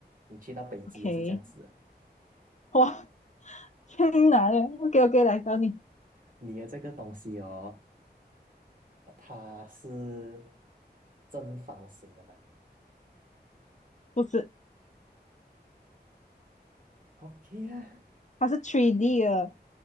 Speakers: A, on the right (about 50°); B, on the left (about 45°).
A: 你去到北极也是这样子的，
B: OK，<laughs> 哇，天哪嘞！OK OK，来找你，
A: 你的这个东西哦，它是正方形的嘛
B: 不是，
A: ？OK 啊
B: 它是 3D 的